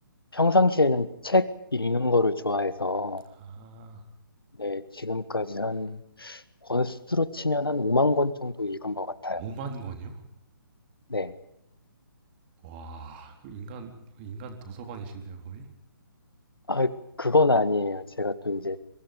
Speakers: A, on the left; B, on the right.
A: 평상시에는 책 읽는 거를 좋아해서
B: 아,
A: 네, 지금까지 한 권수로 치면 한 5만 권 정도 읽은 것 같아요.
B: 5만 권이요?
A: 네.
B: 와, 그 인간 그 인간 도서관이신데요 거의?
A: 아, 그건 아니에요. 제가 또 이제